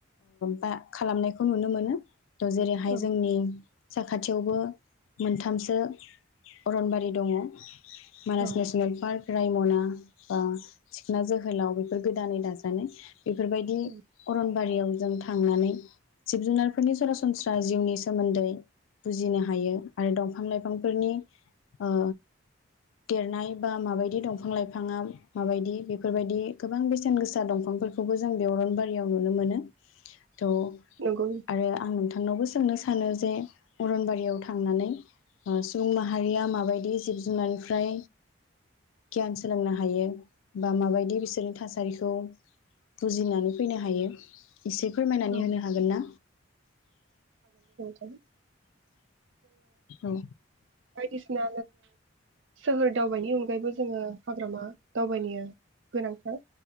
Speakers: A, on the left; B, on the right.
A: बा खालामनायखौ नुनो मोनो। त' जेरैहाय
B: औ
A: जोंनि साखाथियावबो मोनथामसो अरनबारि दङ। <unintelligible> मानास
B: औ
A: नेसनेल पार्क रायमना <unintelligible> सिखना जोहोलाव जोहोलाव बेफोर गोदानै दाजानाय। बेफोरबायदि
B: औ
A: अरनबारियाव जों थांनानै जिब- जुनारफोरनि सरासनस्रा जिउनि सोमोन्दै बुजिनो हायो आरो दंफां लाइफांफोरनि ओ देरनाय बा माबायदि दंफां लाइफाङा माबायदि बेफोरबायदि गोबां बेसेन गोसा दंफांफोरखौबो जों बे अरनबारियाव नुनो मोनो। थ'
B: नंगौ
A: आरो आं नोंथांनावबो सोंनो <unintelligible> सानो जे अरनबारियाव थांनानै सुबुं माहारिया माबायदि जिब जुनारनिफ्राय गियान सोलोंनो हायो बा माबायदि बिसोरनि थासारिखौ बुजिनानै फैनो हायो। एसे फोरमायनानै
B: औ
A: होनो हागोन ना?
B: औ।
A: औ।
B: बायदिसिना सोहोर दावबायनायनि अनगायैबो जोङो हाग्रामा दावबायनाया गोनांथार।